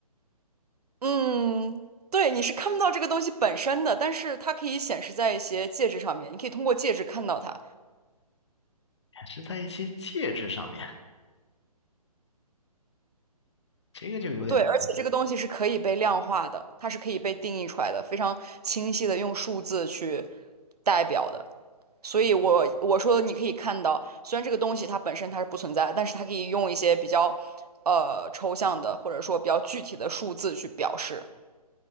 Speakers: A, on the right; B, on the left.
A: 嗯，对，你是看不到这个东西本身的，但是它可以显示在一些介质上面，你可以通过介质看到它。
B: 是在一些介质上面，这个就有点高。
A: 对，而且这个东西是可以被量化的，它是可以被定义出来的，非常清晰的用数字去代表的。所以我，我说你可以看到，虽然这个东西它本身它是不存在，但是它可以用一些比较呃抽象的，或者说比较具体的数字去表示。